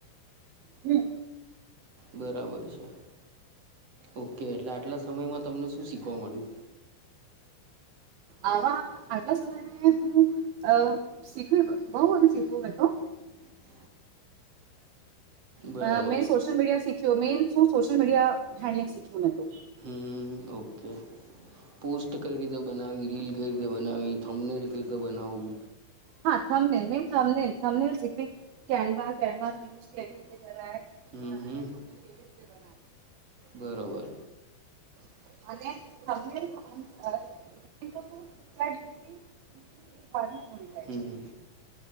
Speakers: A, on the right; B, on the right.
A: હમ.
B: બરાબર છે. ઓકે એટલે આટલા સમયમાં તમને શું શીખવા મળ્યું?
A: આવા આટલા સમય મે હું અ શીખવી બઉ બધું શીખ્યું મે તો
B: <inaudible> બરાબર
A: અ મેં સોશલ મીડિયા સીખ મેન શું સોશિયલ મીડિયા હેન્ડલિંગ શીખ્યું મેં તો
B: હમ ઓકે પોસ્ટ કઈ રીતે બનાવી રીલ કઈ રીતે બનાવી થમણેલ કઈ રીતે બનાવું?
A: હા થમનેલ ને થમનેલ થમનેલ શીખવી કેન્વા કેન્વાનો યુઝ કેવી રીતે કરાય?
B: હમ
A: અને
B: હમ.
A: થમનેલ કેવી રીતે બનાય
B: બરાબર
A: અને <unintelligible> ચેટ જીપીટી <unintelligible> જાય છે
B: હમ હમ